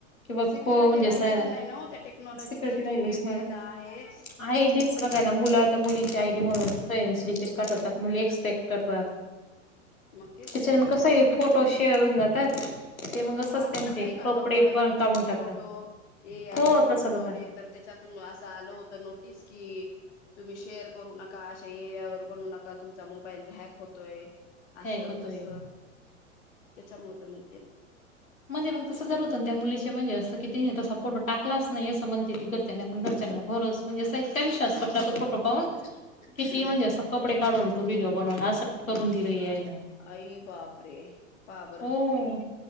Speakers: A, on the left; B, on the left.
A: किंवा
B: सिक्युरिटी
A: खो म्हणजे
B: राहिलीच
A: असं
B: नाही ना हो त्या टेक्नॉलॉजीचा
A: स्
B: ठीक आहे फायदा आहे
A: नाहीह ना मुलं आता मुलीची आयडी म्हणून काठवतात मु त्याच्या
B: मग तेच तर
A: मग
B: ना
A: कस फोटो शेअर होऊन जातात ते
B: हो
A: असंच
B: माग
A: त्यांचे
B: तर नाही का
A: कपडे
B: नवरा बाईकोचे
A: काढून
B: पण
A: टाकतात
B: फोटो ए आय
A: हो
B: वरून
A: तसंच
B: बनवले
A: आता
B: तर त्याच्यातून असं आल होत नोटीस की तुम्ही शेअर करू नका अशा एया ववर बनू नका तुमचा मोबाईल हॅक होतोय अस
A: हॅक होतोय
B: तस त्याच्यामुळे म
A: म्ह मग तस जर होत त्या मु म्हणजे अस की त तसा फोटो टालाच नाही असं म्हणते ती घरच्यांनाण घरंना भरस म्हणजे असा इतका विश्स ट तो फोटो पाहून किती
B: हम्म
A: म्हणजे असं कपडे काढून तू व्हिडिओ बनवला अस करून दिले आहे
B: आई बापरे पापर
A: हो.